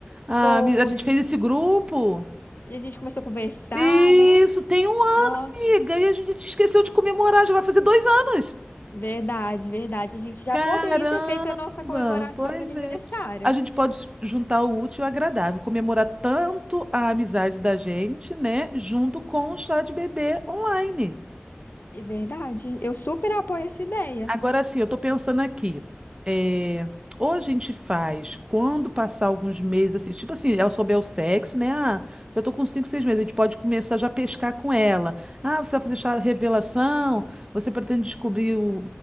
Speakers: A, on the right; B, on the left.
A: A,
B: Foi.
A: a gente fez esse grupo.
B: E a gente começou a conversar,
A: Isso,
B: né?
A: tem um ano,
B: Nossa,
A: amiga. E a gente esqueceu de comemorar, já vai fazer dois anos.
B: verdade, verdade. A gente já
A: Caramba,
B: poderia ter feito a nossa comemoração
A: pois
B: de aniversário.
A: é. A gente pode juntar o útil ao agradável, comemorar tanto a amizade da gente, né, junto com o chá de bebê online.
B: É verdade. Eu super apoio essa ideia.
A: Agora sim, eu tô pensando aqui. É, ou a gente faz quando passar alguns meses, assim, tipo assim, ela souber o sexo, né? Ah, já tô com cinco seis meses, a gente pode começar já a pescar com ela. Ah, você vai fazer chá- revelação, você pretende descobrir o,